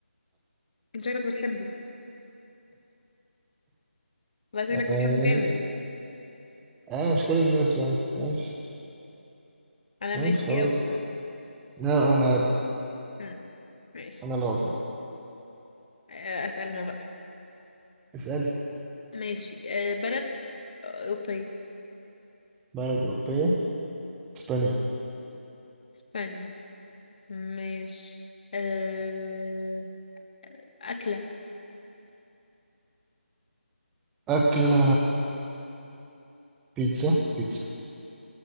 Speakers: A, on the left; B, in the centre.
A: انت شكلك بتحبه والله
B: <laughs>
A: شكلك بتحبه جامد
B: اه مش كل الناس فاهم ماشي
A: انا
B: ماشي
A: ماليش فيه
B: خلاص
A: قوي الصراحة
B: لا انا عارف
A: مم. ماشي
B: انا اللي غلطان
A: آه، اسأل انا بقى
B: اسألي
A: ماشي آه، بلد اوروبية
B: بلد أوروبية اسبانيا
A: اسبانيا ماشي أه... أكلة
B: أكلة بيتزا بيتزا